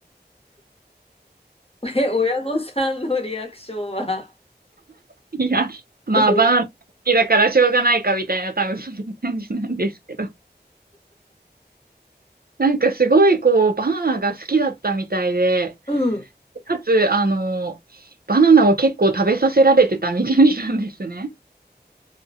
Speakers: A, on the left; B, on the right.
A: え、親御さんのリアクションは
B: いや、まあ、
A: どんな
B: バーン好きだからしょうがないかみたいな、多分そんな感じなんですけど。なんかすごいこう、バナナが好きだったみたいで、
A: うん。
B: かつ、あの、バナナを結構食べさせられてたみたいなんですね。